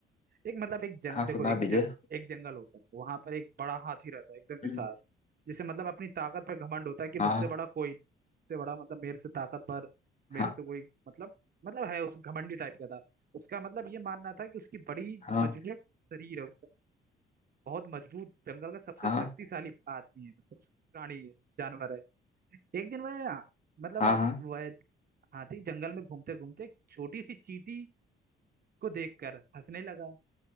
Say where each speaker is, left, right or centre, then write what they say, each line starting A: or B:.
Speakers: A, on the right; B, on the left.
A: एक मतलब एक जंग
B: हाँ
A: देखो
B: सुना
A: एक
B: दीजिए
A: जग एक जंगल होता है वहां पर एक बड़ा हाथी रहता है एकदम विशाल
B: हम्म,
A: जिसे मतलब अपनी ताकत पर घमंड होता है कि मुझसे
B: हाँ
A: बड़ा कोई नहीं मुझसे बड़ा मतलब मेरे से ताकतवर मेरे
B: हाँ
A: से कोई मतलब मतलब है उस घमंडी टाइप का था उसका मतलब ये मानना था कि उसकी बड़ी
B: हाँ
A: मजबूत शरीर है उसका बहुत मजबूत जंगल का सबसे
B: हाँ
A: शक्तिशाली आदमी है मतलब प्राणी है जानवर है एक दिन वह मतलब
B: हाँ हाँ
A: वह हाथी जंगल में घूमते घूमते एक छोटी सी चींटी को देखकर हंसने लगा